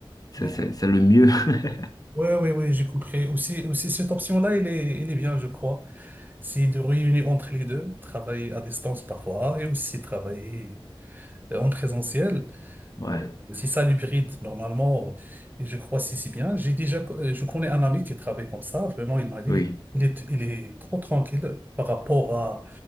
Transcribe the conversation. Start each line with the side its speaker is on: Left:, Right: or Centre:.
Left: c'est,
Right: Oui,
Left: c'est, c'est le mieux. <laughs>
Right: oui, oui, j'ai compris. Aussi, aussi cette option-là, elle est, elle est bien, je crois. C'est de réunir entre les deux, travailler à distance parfois et aussi travailler euh, en présentiel.
Left: Ouais,
Right: C'est ça l'hybride, normalement. Et je crois si, si bien. J'ai déjà, euh, je connais un ami qui travaille comme ça. Vraiment, il m'a dit,
Left: oui,
Right: il est, il est trop tranquille par rapport à,